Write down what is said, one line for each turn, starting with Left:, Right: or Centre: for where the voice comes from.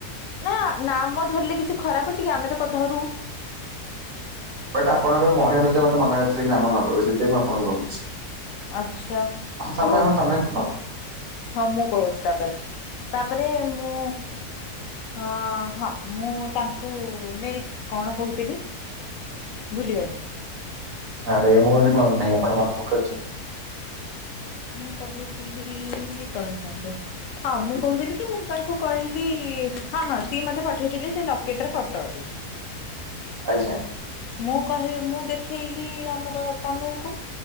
Left: ନା ନାମ ଧରିଲେ କିଛି ଖରାପ ଅଛି କି ଆମେ ତକ ଧରୁ।
Right: ବଟ୍ ଆପଣଙ୍କର ମହିଳା ମିତ୍ର ମତେ ମନା କରିଥିଲେ କି ଆାମ ନେବୁ ସେଇଥିପାଇ ମୁଁ ଆପଣଙ୍କୁ କହୁଛି।
Left: ଆଛା
Right: ହଁ ତମେ
Left: ହଉ
Right: ହଁ ତମେ କୁହ
Left: ହଁ ମୁଁ କହୁଛି ତାପରେ ତାପରେ ମୁଁ ହଁ ହଁ ମୁଁ ତାଙ୍କୁ ନେଇ କଣ କହୁଥିଲି ଭୁଲିଗଲି
Right: ଆରେ ମୋର ନାହିଁ ଆପଣ ମାନ <unintelligible>
Left: ମୁଁ କହୁଥିଲି ରହିଥାନ୍ତୁ ହଁ ମୁଁ କହୁଥିଲି କି ମୁଁ ତାଙ୍କୁ କହିଲି ହଁ ହଁ ସିଏ ମତେ ପଠେଇଥିଲେ ସେ ଲକେଟ ର ଫଟୋ ଟେ।
Right: ଆଚ୍ଛା।
Left: ମୁଁ କହ ମୁଁ ଦେଖେଇଲି ଆମର ତନୁ ଙ୍କୁ।